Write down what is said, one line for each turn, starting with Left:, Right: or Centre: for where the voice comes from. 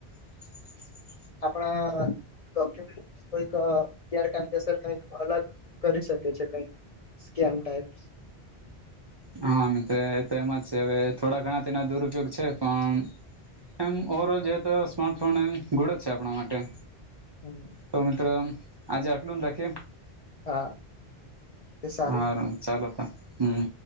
Right: <inaudible>
Left: આપણા ડોક્યુમેન્ટ, કોઈક ગેરકાયદેસર કઈક અલગ કરી શકે છે. કઈક, સ્કેમ ટાઈપ,
Right: હા તો તો એમ જ છે. હવે થોડા ઘણા તેના દુરુપયોગ છે. પણ, એમ ઓવર ઓલ જે તો સ્માર્ટફોન એમ ગુડ જ છે. આપણા માટે,
Left: હમ <inaudible>
Right: તો મિત્રોમ આજે આટલું રાખીએ
Left: હા તે સારુ
Right: હારું ચાલો તો હમ